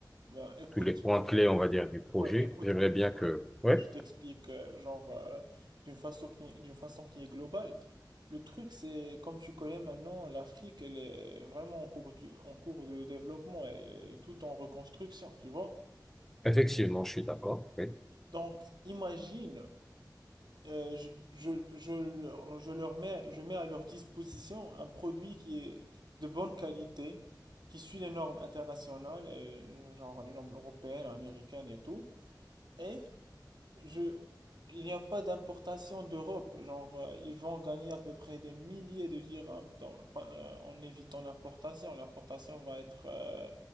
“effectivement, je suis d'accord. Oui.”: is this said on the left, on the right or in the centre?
Centre